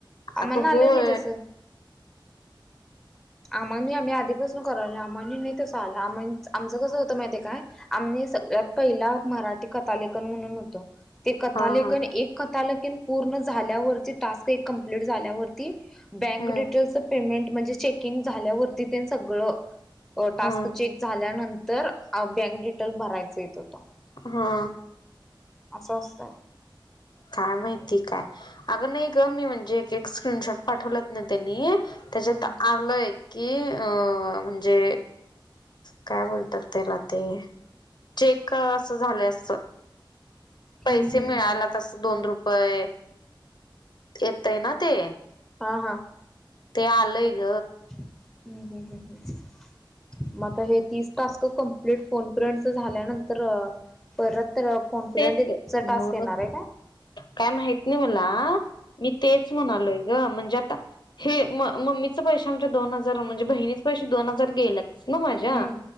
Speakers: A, in the centre; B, on the left (about 60°).
A: आम्हाना
B: अगं होय
A: आलं नाही तसं आम्हा म आम्ही आधीपासून करावल आम्हा नाही तसं आलं आम आमचं कसं होतं माहितीय काय आमही सगळ्यात पहिला मराठी कथालेखन म्हणून होतो ते कथालेखन
B: हा हा
A: एक कथलकन पूर्ण झाल्यावरती टास्क एक कम्प्लीट झाल्यावरती बँक
B: हम्म
A: डिटेल पेमेंट म्हणजे चेकिंग झाल्यावरती तथ सगळ टास्क
B: हा
A: चेक झाल्यानंतर तर बँक डिटेल भरायच येत होत.
B: हा
A: असं असतं.
B: काय माहिती काय अगं नाही ग मी म्हणजे एक एक स्क्रीनशॉट पाठवलंत ना त्यांनी त्याच्यात
A: हम्म
B: आलंय की अ म्हणजे काय बोलतात त्याला ते चेक असं झालंय असं. पैसे
A: हम्म हम्म
B: मिळाला
A: हम्म
B: तर अस दोन रुपये येत आहे ना ते
A: आ हा.
B: ते आलंय ग
A: हम ह मता हे तीस तास कम्प्लीट फोन पिर्यंट झाल्यानंतर परत फोन पिरयंट
B: तेच
A: टास्क
B: मग
A: येणार आहे का?
B: काय माहित नाही मला मी तेच म्हणालोय ग म्हणजे आता. हे म-मम्मीच पैसे आमच्या दोन हजार म्हणजे बहिणीच पैसेे दोन हजार गेल्यात. तीश ना माझ्या
A: हम्म